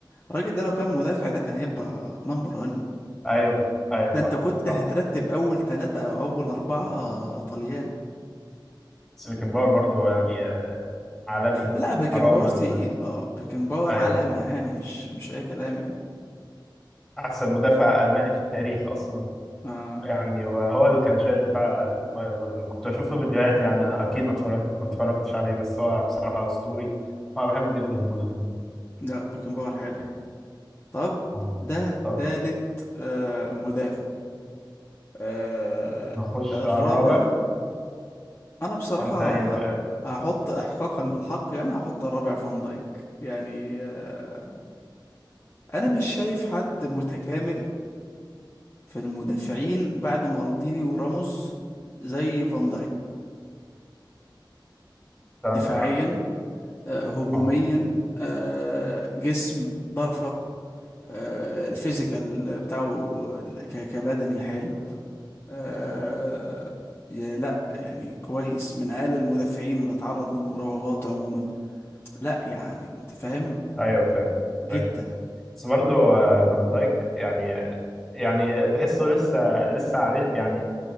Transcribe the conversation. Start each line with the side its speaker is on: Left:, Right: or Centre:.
Left: الراجل ده لو كان مدافع ده كان هيبقى نمبر 1
Centre: ايوه ايوه
Left: فانت
Centre: صح
Left: كنت
Centre: صح
Left: هترتب اول ثلاثة او اول اربعة طليان
Centre: سيبيكن باور برضو يعني آه، عالمي
Left: لا بيكنباور
Centre: حرام من
Left: تقيل
Centre: ايوه
Left: اه بيكنباور
Centre: أيوة.
Left: علامة يعني مش مش اي كلام يعني
Centre: احسن مدافع الماني في التاريخ اصلا
Left: آه
Centre: يعني وهو اللي كان شايل دفاع الباير برضو كنت بشوف له فيديوهات يعني اكيد ما اتفرج- ما اتفرجتش عليه بس هو بصراحه اسطوري وانا بحبه جدا برضو يعني
Left: لا بيكنباور حلو طب
Centre: اه
Left: ده
Centre: طب
Left: تالت آه مدافع آه
Centre: نخش
Left: الرابع
Centre: على الرابع
Left: انا بصراحة
Centre: انت ايه رايك
Left: هحط احقاقا للحق يعني هحط الرابع فان دايك يعني آه انا مش شايف حد متكامل في المدافعين بعد مالديني وراموس زي فان دايك
Centre: انت
Left: دفاعيا
Centre: عندك حق
Left: آه هجوميا
Centre: اه
Left: آه جسم ضرفة آه، الفيزيكال بتاعه ال- ك- كبدني حلو آه، يا لا يعني كويس من اقل المدافعين اللي اتعرض للمراوغات عموما لا يعني انت فاهم
Centre: ايوه فاهم
Left: جته
Centre: فاهم بس برضه آه، فان دايك يعني آه، يعني تحسه لسه لسه عليه يعني